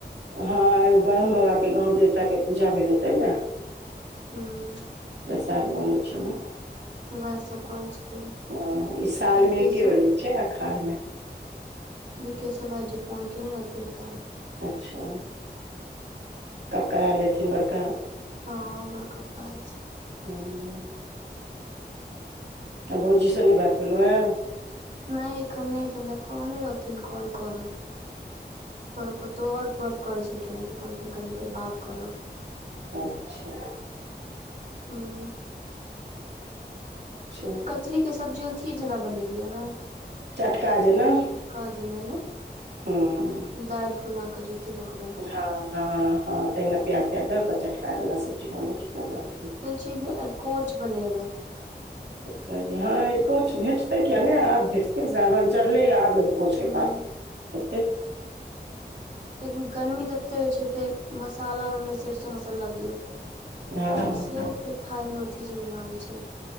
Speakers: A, on the right; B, on the right.
A: हँ एगो ब्रह्म बाबाके गाँव देवताके पूजा भेलै तैं द्वारा।
B: हुं।
A: प्रसाद बनै छलै।
B: वैह सब करै छथिन?
A: हं ई सालमे
B: बिकेशो
A: एके बेर होइ छै, अखाढ़मे।
B: विकेशो भाइजी फोन केने रहथिन तें
A: अच्छा। कक्काआएल हेथिन बड़का?
B: हँ बड़का पप्पा आएल छथिन।
A: ओ। आ भौजी सं नै बात भेलौया।
B: नहि एखन नहि भेले कहने रहथिन कॉल करब पर ओ कतौ और गप करै छलखिनए तऽ कहलखिन कनी देर बाद करब।
A: अच्छा।
B: हूँ
A: छै।
B: कचरी के सब्जी उथि जेना बनेलियै ए ना।
A: चटका जेना।
B: काजेना ने
A: हँ
B: दालि फुला क जे अथी क क
A: हँ हँ हँ तहिना प्याज त्याज दऽ कऽ चटका जेना सब्जी बनै छै। तेना सब्जी
B: सोचइ छियै जे अरिकोंच बनेबै।
A: तरकारि हँ अरिकोंच भेटतै किया नहि, आब भेटतै सावन चढलै आब अरिकोंच
B: हूँ
A: के पात एतै।
B: लेकिन गर्मी तत्ते होय छै, फेर मसाला ओहिमे सरसो मसाला दियौ।
A: हँ
B: सेहो फेर खायमे अथि जेना लागै छै।